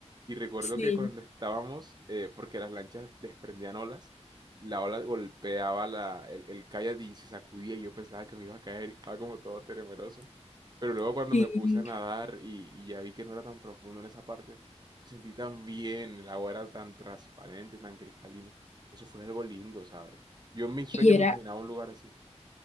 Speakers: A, on the right (about 35°); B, on the left (about 75°).
A: Y recuerdo
B: Sí,
A: que cuando estábamos, eh, porque las lanchas desprendían olas, la ola golpeaba la, el, el kayak y se sacudía y yo pensaba que me iba a caer y estaba como todo temeroso. Pero luego cuando
B: sí.
A: me puse a nadar y, y ya vi que no era tan profundo en esa parte, sentí tan bien, el agua era tan transparente, tan cristalina. Eso fue algo lindo, ¿sabes? Yo en mis sueños
B: Y era,
A: me imaginaba un lugar así.